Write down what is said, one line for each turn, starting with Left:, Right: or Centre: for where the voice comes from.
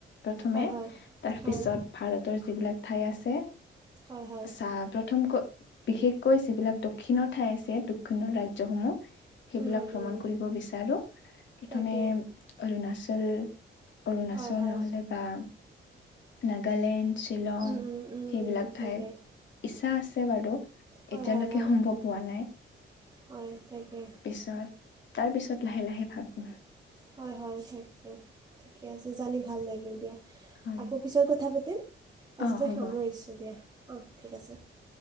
Left: প্ৰথমে
Right: হয় হয়
Left: তাৰপিছত
Right: হয়
Left: ভাৰতৰ যিবিলাক ঠাই আছে।
Right: হয় হয়
Left: চ প্ৰথম ক <unintelligible> বিশেষকৈ যিবিলাক দক্ষিণৰ ঠাই আছে, দক্ষিণৰ ৰাজ্সমূহ সেইবিলাক
Right: উম, উম,
Left: ভ্ৰমণ
Right: উম,
Left: কৰিব বিচাৰো। প্ৰথমে
Right: তাকে
Left: অৰুণাচল, অৰুণাচল
Right: হয় হয়
Left: নহলে বা নাগালেণ্ড, শ্বিলং
Right: উম, উম, উম,
Left: সেইবিলাক
Right: উম,
Left: ঠাইত
Right: তাকে
Left: ইচ্ছা আছে বাৰু।
Right: হয়
Left: এতিয়ালৈকে
Right: হয় হয়
Left: সম্ভৱ হোৱা নাই।
Right: হয় তাকে
Left: পিছত তাৰ পিছত লাহে লাহে ভাবো।
Right: হয় হয় তাকে ঠিকে আছে জানি ভাল লাগিল দিয়া।
Left: হয়
Right: আকৌ পিছত কথা পাতিম। আজিলৈ
Left: অ হ'ব
Right: সামৰিছোঁ দিয়া অঁ ঠিক আছে।